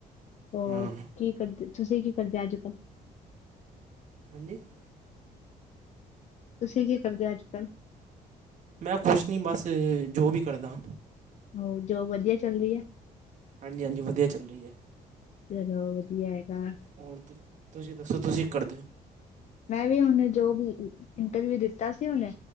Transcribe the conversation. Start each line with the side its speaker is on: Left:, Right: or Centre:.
Left: ਹੋਰ
Right: ਹਾਂ
Left: ਕੀ ਕਰਦੇ ਤੁਸੀ ਕੀ ਕਰਦੇ ਅੱਜ। ਕੱਲ
Right: ਹਾਂਜੀ <inaudible>
Left: ਤੁਸੀ ਕੀ ਕਰਦੇ ਹੋ ਅਜ ਕਲ।
Right: ਮੈਂ ਕੁਛ ਨਹੀਂ ਬਸ ਜੋ ਵੀ ਕਰਦਾ।
Left: ਹੋ ਜੋ੍ ਵਧੀਆ ਚੱਲ ਰਹੀ ਹੈ।
Right: ਹਾਂਜੀ- ਹਾਂਜੀ ਵਧੀਆ ਚੱਲ ਰਹੀ ਹੈ।
Left: ਚਲੋ ਵਧੀਆ ਹੈਗਾ।
Right: ਹੋਰ ਤੁਸੀ ਦੱਸੋ ਤੁਸੀ ਕੀ ਕਰਦੇ ਹੋ।
Left: ਮੈ ਵੀ ਹੁਨ ਜੋਬ ਇੰਟਰਵਿਊ ਦਿੱਤਾ ਸੀ ਉਹਨੇ